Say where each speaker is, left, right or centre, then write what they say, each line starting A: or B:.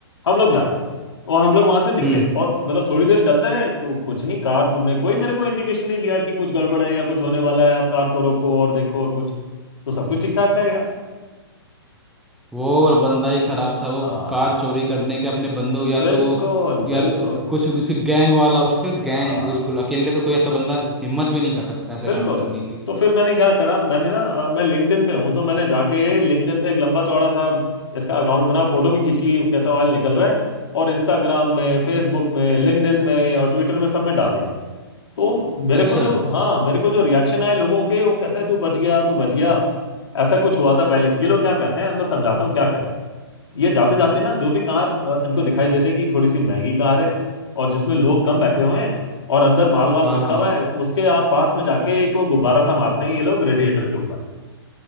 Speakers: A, on the left; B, in the centre.
A: हम लोग जा रहे हैं और हम लोग वहां से निकले
B: हम्म
A: और मतलब थोड़ी देर चलते रहे तो कुछ नहीं कार ने कोई मेरे को इंडिकेशन नहीं दिया कि कुछ गड़बड़ है या कुछ होने वाला है आप कार को रोको और देखो और कुछ तो सब कुछ ठीक ठाक था यार
B: वो बंदा ही खराब था वो
A: हाँ
B: कार चोरी करने के अपने बंदों या
A: बिल्कुल
B: तो वो या
A: बिल्कुल
B: तो कुछ उसके गैंग वाला उसके गैंग
A: हाँ
B: बिल्कुल अकेले तो कोई ऐसा बंदा हिम्मत भी नहीं कर सकता ऐसे
A: बिल्कुल
B: काम करने की
A: तो फिर मैंने क्या करा मैंने ना अ, मैं लिंक्डइन पे हूँ तो मैंने जाके लिंक्डइन पे एक लंबा चौड़ा सा इसका अकाउंट बना फोटो भी खींच ली कैसा ऑयल निकल रहा है और इंस्टाग्राम में फेसबुक में लिंक्डइन में और ट्विटर में सब में डाल दिया तो मेरे
B: अच्छा
A: को जो हाँ मेरे को जो रिएक्शन आए लोगों के वो कहते हैं तू बच गया तू बच गया ऐसा कुछ हुआ था पहले ये लोग क्या करते हैं मैं समझाता हूँ क्या करते हैं ये जाते जाते ना जो भी कार अ, इनको दिखाई देते कि थोड़ी सी महंगी कार है और जिसमें लोग कम बैठे हुए हैं और अंदर माल वाल
B: हाँ
A: रखा
B: हाँ
A: हुआ है उसके आप पास में जाके को गुब्बारा सा मारते हैं ये लोग रेडिएटर के ऊपर